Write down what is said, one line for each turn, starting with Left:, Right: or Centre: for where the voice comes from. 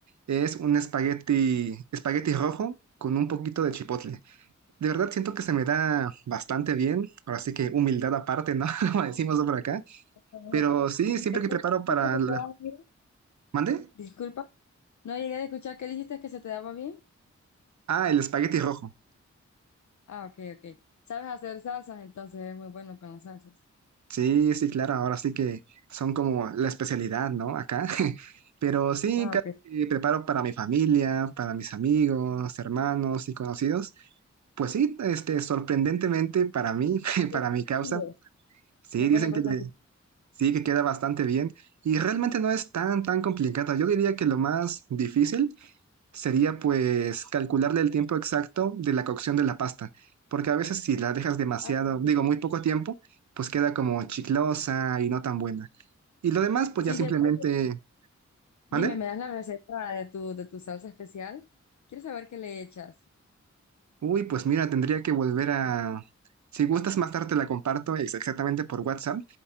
Right: es un espagueti, espagueti rojo con un poquito de chipotle. De verdad siento que se me da bastante bien, ahora sí que humildad aparte, ¿no? <laughs> Como decimos por acá.
Left: eh,
Right: Pero sí, siempre
Left: ¿Te acuerdas
Right: que preparo
Left: que
Right: para
Left: se te
Right: la...
Left: daba muy bien?
Right: ¿Mande?
Left: Disculpa, no llegué a escuchar que dijiste que se te daba bien.
Right: Ah, el espagueti rojo.
Left: Ah, ok, ok. ¿Sabes hacer salsas? Entonces es muy bueno con las salsas.
Right: Sí, sí, claro, ahora sí que son como la especialidad, ¿no? Acá. <laughs> Pero sí,
Left: Ah,
Right: cada
Left: ok.
Right: que preparo para mi familia, para mis amigos, hermanos y conocidos, pues sí, este, sorprendentemente para mí, <laughs> para
Left: Le pones
Right: mi causa,
Left: chile.
Right: sí,
Left: Le
Right: dicen
Left: pones bastante.
Right: que le- sí, que queda bastante bien y realmente no es tan, tan complicada. Yo diría que lo más difícil sería pues calcularle el tiempo exacto de la cocción de la pasta, porque a veces si la dejas demasiado,
Left: Ah,
Right: digo,
Left: sí.
Right: muy poco tiempo, pues queda como chiclosa y no tan buena. Y lo demás, pues
Left: Sí,
Right: ya simplemente,
Left: cierto. Dime,
Right: ¿vale?
Left: ¿me das la receta de tu, de tu salsa especial? Quiero saber qué le echas.
Right: Uy, pues mira, tendría que volver a... Si gustas más tarde te la comparto ex- exactamente por WhatsApp